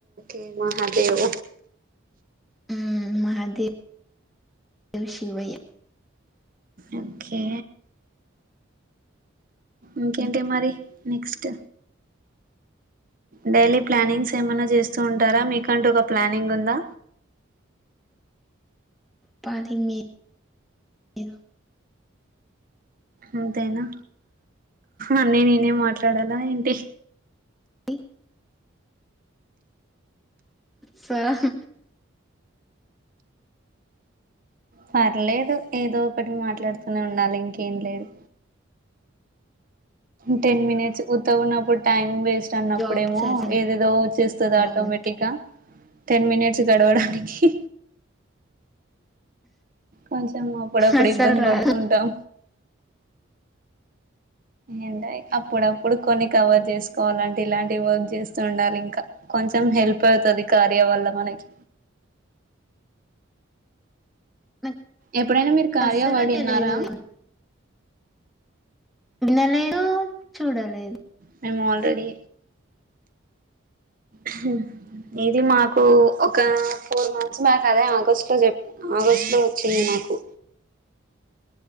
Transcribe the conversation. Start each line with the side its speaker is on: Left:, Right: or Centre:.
Right: ఏ మహాదేవ
Centre: ఉ మహాదేవ్ దేవ్ శివయ్య
Right: ఓకే ఇంకేంటి మరి నెక్స్ట్ డైలీ ప్లానింగ్స్ ఏమైనా చేస్తూ ఉంటారా మీకంటూ ఒక ప్లానింగ్ ఉందా.
Centre: పాది మి మీరు
Right: అంతేనా అన్నీ నేనే మాట్లాడాలా ఏంటి
Centre: డి సహ్మ్
Right: పర్లేదు ఏదో ఒకటి మాట్లాడుతూనే ఉండాలి ఇంకేం లేదు టెన్ మినిట్స్ త్త ఉన్నప్పుడు టైం వేస్ట్ అన్నప్పుడేమో
Centre: జాబ్ సర్చింగ్
Right: ఏదేదో వచ్చేస్తదో ఆటోమేటిక్గా
Centre: లో ఉంటు
Right: టెన్ మినిట్స్ గడవడానికి మంచిమ్మ అప్పుడప్పుడు
Centre: అస్సలు
Right: ఇబ్బంది
Centre: రాదు
Right: పడుతుంటాం ఏంట అప్పుడప్పుడు కొన్ని కవర్ చేసుకోవాలంటే ఇలాంటి వర్క్ చేస్తూ ఉండాలి ఇంకా కొంచెం కొంచెం హెల్ప్ అవుతది ఈ కార్య వల్ల మనకి
Centre: నాకు
Right: ఎప్పుడైనా మీరు కార్యవడ్
Centre: అస్సలు
Right: విన్నారా
Centre: తెలియదు వినలేదు చూడలేదు
Right: మేము ఆల్రెడీ హు ఇది మాకు ఒక ఫోర్ మంత్స్ బ్యాక్ అదే ఆగస్టు లో చె ఆగస్టు లో వచ్చింది మాకు